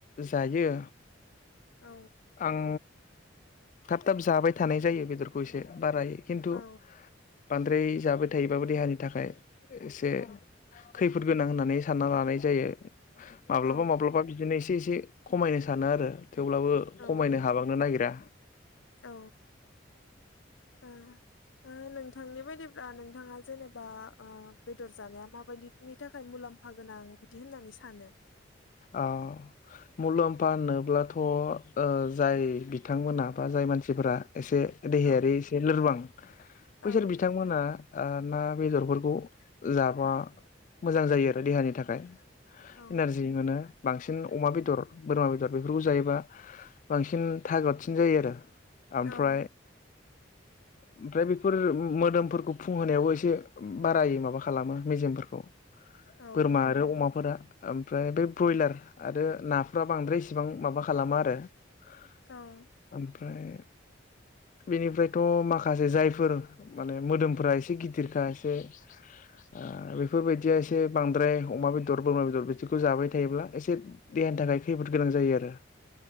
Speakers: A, on the left (about 40°); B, on the left (about 75°).
A: जायो।
B: औ
A: आं थाब थाब जाबाय थानाय जायो बेदरखौ एसे बाराय खिन्थु
B: औ
A: बांद्राय जाबाय थाइयोबाबो देहानि थाखाय एसे खैफोद गोनां होननानै सानना लानाय जायो। माब्लाबा
B: औ
A: माब्लाबा बिदिनो एसे एसे खमायनो सानो आरो थेवब्लाबो
B: औ
A: खमायनो हाबांनो नागिरा
B: औ ओ ओ नोंथांनि बायदिब्ला नोंथाङा जेनेबा? बेदर जानाया माबायदि नि थाखाय मुलाम्फा गोनां बिदि होननानै सानो?
A: ओ मुलाम्फा होनोब्लाथ' जाय बिथांमोना बा जाय मानसिफोरा एसे देहायारि
B: औ
A: एसे लोरबां
B: औ
A: बैसोर बिथांमोना ना बेदरफोरखौ जा मा मोजां जायो आरो देहानि थाखाय
B: औ
A: इनारजि मोनो । बांसिन अमा बेदर बोरमा बेदर बेफोरखौ जायोबा बांसिन थाग्रथसिन जायो आरो ओमफ्राय
B: औ
A: ओमफ्राय बेफोर मोदोमफोरखौ फुंहोनायावबो एसे बारायो माबा खालामो मेजेमफोरखौ
B: औ
A: बोरमा आरो अमाफोरा ओम फ्राय बे ब्रयलार आरो नाफ्रा बांद्राय इसिबां माबा खालामा आरो ।
B: औ
A: ओम । फ्राय बेनिफ्रायथ' माखासे जायफोर माने मोदोमफोरा एसे गिदिरखा एसे ओ बेफोरबायदिया एसे बांद्राय अमा बेदर बोरमा बेदर बिसोरखौ जाबाय थायोब्ला एसे देहानि थाखाय खैफोद गोनां जायो आरो ।